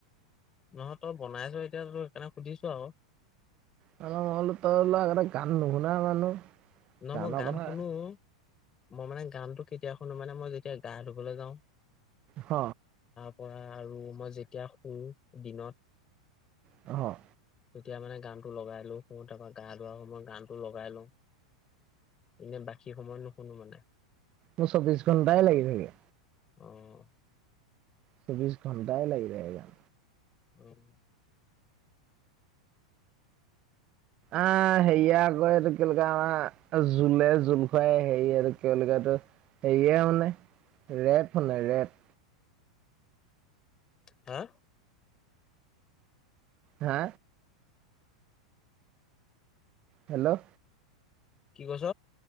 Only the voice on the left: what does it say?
নহয় তই বনাইছ এতিয়াটো সেইকাৰণে সুধিছো আৰু।
নহয়
মই গান
শুনো মই মানে গানটো কেতিয়া শুনো মানে, মই যেতিয়া গা ধুবলৈ যাওঁ
তাৰপৰা আৰু মই যেতিয়া শু দিনত।
তেতিয়া মানে গানটো লগাই লৈ শুওঁ, তাৰপৰা গা ধোৱাৰ সময়ত গানটো লগাই লওঁ। এনে বাকী সময়ত নোশুনো মানে।
অহ!
উম!
হা!
কি কৈছ?